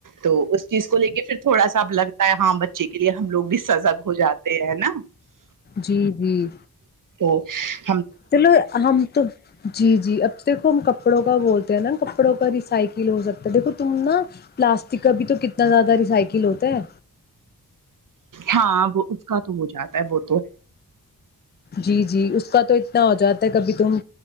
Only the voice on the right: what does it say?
اس چیز کو ل کے پھر تھوڑا سا لگتا ہے ہاں بچے کے لیے ہم لوگ بھی سزگ ہو جاتے ہیں نا
تو ا
ہاں وہ اس کا تو ہو جاتا ہے ب